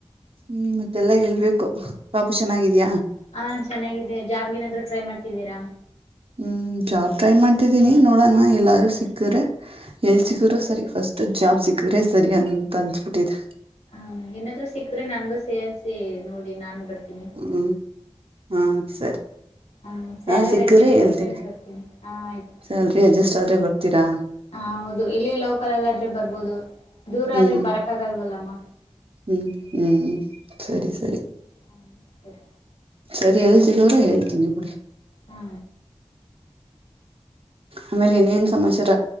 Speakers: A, on the right; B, on the left.
A: ಹ್ಮ್ ಮತ್ತೆಲ್ಲ ಹೇಳ್ಬೇಕು ಪಾಪು ಚೆನ್ನಾಗಿದ್ಯಾ
B: ಹಾ ಚೆನ್ನಾಗಿದೆ ಜಾಬ್ ಏನಾದ್ರು ಟ್ರೈ ಮಾಡ್ತಿದ್ದೀರಾ
A: ಹ್ಮ್ ಜಾಬ್ ಟ್ರೈ ಮಾಡ್ತಿದ್ದೀನಿ ನೋಡೋಣ ಎಲ್ಲಾರೂ ಸಿಕ್ಕ್ರೆ ಎಲ್ ಸಿಕ್ಕರರು ಸರಿ ಫಸ್ಟ್ ಜಾಬ್ ಸಿಗ್ರೆದ್ರೆ ಸರಿ ಅಂತ ಅನ್ಸ್ಬಿಟ್ಟಿದೆ
B: ಹ್ಮ ಏನಾದ್ರು ಸಿಕ್ಕದ್ರೆ ನನ್ಗೂ ಸೇರ್ಸಿ ನೋಡಿ ನಾನು ಬರ್ತೀನಿ
A: ಹ್ಮ್ ಹಾ ಸರಿ
B: ಹ ಸ್ಯಾಲರಿ
A: ನಾ ಸಿಕ್ದರೆ
B: ಅಡ್ಜಸ್ಟ್
A: ಹೇಳ್ತೇನಿ
B: ಆದ್ರೆ ಬರ್ತೀನಿ ಹಾ ಆಯ್ತು
A: ಸ್ಯಾಲ್ರಿ ಅಡ್ಜಸ್ಟ್ ಆದ್ರೆ ಬರ್ತೀರಾ
B: ಹ ಹೌದು ಇಲ್ಲಿ ಲೋಕಲ್ ಎಲ್ಲಾದ್ರೆ ಬರ್ಬೋದು ದೂರ
A: ಹ್ಮ್
B: ಆದ್ರೆ ಬರಕ ಆಗಲ್ವಲ್ಲಮ್ಮ
A: ಹ್ಮ್ ಹ್ಮ್ ಸರಿ ಸರಿ
B: ಹ ಸರಿ
A: ಸರಿ ಹೇಳ್ತರ ಅವರ ಹೇಳ್ತೀನಿ ಬುಡಿ
B: ಹಾ
A: ಆಮೇಲೆ ಇನ್ನೇನ್ ಸಮಾಚಾರ